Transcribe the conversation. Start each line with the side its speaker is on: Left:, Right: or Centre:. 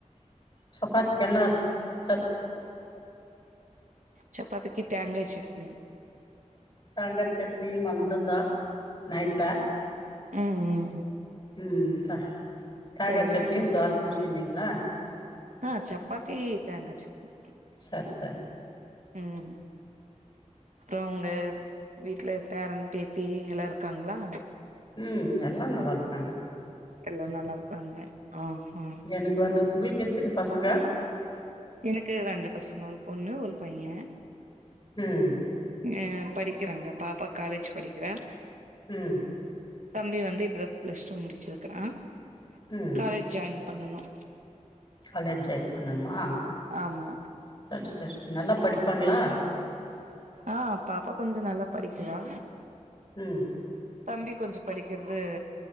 Left: சப்பாத்திக்கு என்னா சப்
Right: சப்பாத்திக்கு தேங்காய் சட்னி
Left: தேங்கா சட்னி மந்தந்தா நைட்ல
Right: ம் ம் ம்
Left: ம் த தேங்கா
Right: சரிப்பா
Left: சட்னியு தோசையு செஞ்சீங்களா
Right: ஆ சப்பாத்தி தேங்கா சட்னி
Left: சர் சர்
Right: ம் அப்றோ உங்க வீட்ல பேரன் பேத்தி எல்லா இருக்காங்ளா
Left: ம் எல்லார் நல்லா இருக்காங்க
Right: எல்லா நல்லாருக்காங்க ஆ ஆ
Left: எனக்கு வந்து உங்களுக்கு எத்தினி பசங்க
Right: எனக்கு ரெண்டு பசங்க ஒரு பொண்ணு ஒரு பைய
Left: ம்
Right: எ படிக்கிறாங்க பாப்பா காலேஜ் படிக்கிறா
Left: ம்
Right: தம்பி வந்து இப்பதான் பிளஸ் டூ முடிச்சிருக்கிறான்
Left: ம்
Right: காலேஜ் ஜாயின் பண்ணனு
Left: காலேஜ் ஜாயின் பண்ணணுமா
Right: ஆமா
Left: சரி சரி நல்லா படிப்பாங்களா
Right: ஆ பாப்பா கொஞ்சோ நல்லா படிக்குவா
Left: ம்
Right: தம்பி கொஞ்சோ படிக்கிறது